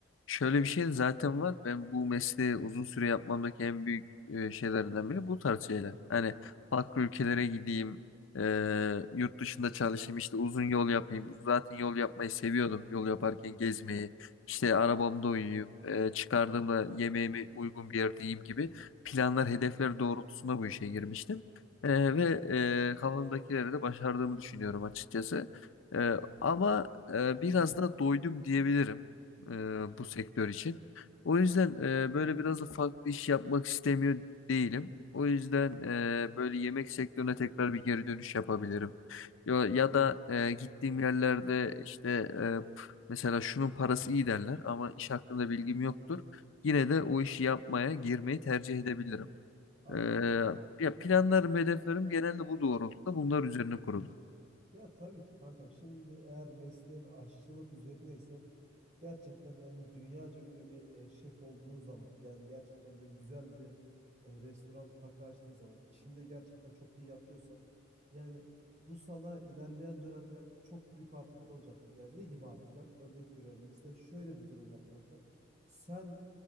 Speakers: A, on the left; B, on the right.
A: Şöyle bir şey de zaten var. Ben bu mesleği uzun süre yapmamdaki en büyük e, şeylerinden biri bu tarz şeyler. Hani farklı ülkelere gideyim, e, yurt dışında çalışayım, işte uzun yol yapayım. Zaten yol yapmayı seviyordum. Yol yaparken gezmeyi, işte arabamda uyuyayım, e, çıkardığımda yemeğimi uygun bir yerde yiyeyim gibi planlar, hedefler doğrultusunda bu işe girmiştim.
B: Hı
A: E,
B: hı.
A: ve e, kafamdakileri de başardığımı düşünüyorum açıkçası. E, ama e, biraz da doydum diyebilirim e, bu sektör için. O yüzden e, böyle biraz da farklı iş yapmak istemiyor değilim. O yüzden e, böyle yemek sektörüne tekrar bir geri dönüş yapabilirim. Ya, ya da e, gittiğim yerlerde işte e, p- mesela şunun parası iyi derler ama iş hakkında bilgim yoktur. Yine de o işi yapmaya girmeyi tercih edebilirim.
B: Anladım,
A: E,
B: anladım.
A: ya planlarım, hedeflerim genelde bu doğrultuda bunlar üzerine kurulu.
B: Ya tabii ki kankam. Şimdi eğer mesleğin aşçılık üzerine ise gerçekten yani dünyaca ünlü bir e, şef olduğun zaman yani gerçekten böyle güzel bir e, restoran, kafe açtığın zaman işini de gerçekten çok iyi yapıyorsan yani bu sana ilerleyen dönemlerde çok büyük artılar olacaktır. Yani ne gibi artılar? Örnek veriyorum. Mesela şöyle bir durum var kanka. Sen